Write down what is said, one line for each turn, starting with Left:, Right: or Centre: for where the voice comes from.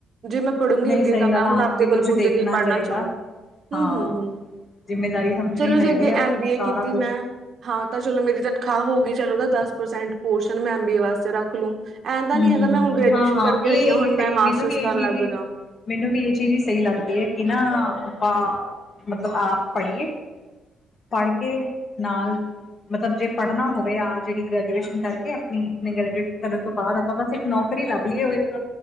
Right: ਜੇ ਮੈਂ ਪੜੂਗੀ
Left: ਨਹੀਂ
Right: ਅੱਗੇ
Left: ਸਹੀ
Right: ਤਾਂ ਮੈਂ
Left: ਗੱਲ ਆ
Right: ਹੁਣ
Left: ਆਪ
Right: ਆਪਦੇ
Left: ਵੀ ਕੁਛ
Right: ਬਲਬੂਤੇ
Left: ਦੇਖਣਾ
Right: ਤੇ ਹੀ ਪੜ੍ਹਨਾ
Left: ਚਾਹੀਦਾ
Right: ਚਾਹੁੰਨੀ ਹੂੰ
Left: ਹਾਂ
Right: ਹੂੰ ਹੂੰ,
Left: ਜਿੰਮੇਦਾਰੀ ਸਮਝਣੀ
Right: ਚਲੋ
Left: ਚਾਹੀਦੀ
Right: ਜੇ ਅੱਗੇ
Left: ਆ
Right: ਐਮ ਬੀ ਏ
Left: ਸਾਰਾ
Right: ਕੀਤੀ
Left: ਕੁਛ
Right: ਮੈਂ- ਹਾਂ ਤਾਂ ਚਲੋ ਮੇਰੀ ਤਨਖਾਹ ਹੋ ਗਈ ਚਲ ਉਹਦਾ ਦਸ ਪਰਸੈਂਟ ਪੋਰਸ਼ਨ ਮੈਂ ਐਮ ਬੀ ਏ ਵਾਸਤੇ ਰੱਖ ਲੂੰ। ਐਂ ਦਾ
Left: ਹੂੰ
Right: ਨੀ
Left: ਹੂੰ
Right: ਹੈਗਾ
Left: ਹੂੰ
Right: ਮੈਂ ਹੁਣ
Left: ਹੂੰ
Right: ਗ੍ਰੈਜੂਏਸ਼ਨ
Left: ਹਾਂ ਹਾਂ
Right: ਕਰਕੇ
Left: ਇਹ
Right: ਹਟੀ ਹੁਣ
Left: ਸਹੀ
Right: ਮੈਂ ਮਾਸਟਰਸ
Left: ਮੈਨੂੰ ਵੀ ਇਹ
Right: ਕਰਨ
Left: ਚੀਜ਼
Right: ਲੱਗਜਾ।
Left: ਹੀ ਮੈਨੂੰ ਵੀ ਇਹ ਚੀਜ਼ ਈ ਸਹੀ ਲੱਗਦੀ ਏ ਕਿ ਨਾ ਆਪਾਂ ਮਤਲਬ ਆਪ ਪੜ੍ਹੀਏ ਪੜ ਕੇ ਨਾਲ ਮਤਬ ਜੇ ਪੜ੍ਹਨਾ ਹੋਵੇ ਆ ਜਿਹੜੀ ਗ੍ਰੈਜੂਏਸ਼ਨ ਕਰਕੇ ਆਪਣੀ ਤੋਂ ਬਾਅਦ ਆਪਾ ਬਸ ਇੱਕ ਨੌਕਰੀ ਲੱਭ ਲਿਏ ਓ ਇੱਕ